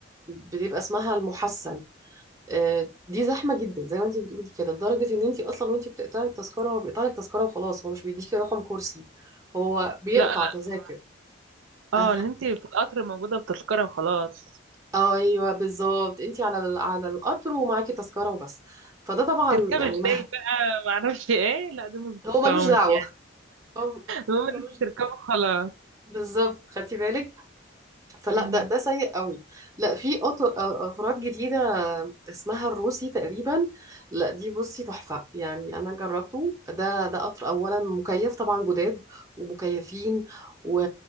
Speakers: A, on the right; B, on the right.
A: بتبقى اسمها المحسن آه، دي زحمه جدا زي ما انت بتقولي كده لدرجه ان انت اصلا وانت بتقطعي التذكره هو بيقطع لك تذكره وخلاص هو مش بيديكي رقم كرسي هو بيقطع
B: لا
A: تذاكر
B: لا اه
A: أخ...
B: اللي انت في القطر موجودة بتذكرة وخلاص
A: ايوه بالظبط انت على ال- على القطر ومعاكي تذكره وبس فده طبعا
B: تركبي
A: يعني
B: ازاي
A: ما
B: بقى معرفش <laughs> ايه لا دي ما
A: <laughs> هو ملوش
B: بتفهمش
A: دعوه
B: يعني
A: هو هو
B: المهم
A: ملوش
B: ان انت تركبي خلاص
A: بالظبط خدتي بالك فلا
B: مم.
A: ده ده سيء قوي لا في قطر- آه، قطارات جديده اسمها الروسي تقريبا لا دي بصي تحفه يعني انا جربته ده ده قطر اولا مكيف طبعا جداد ومكيفين و...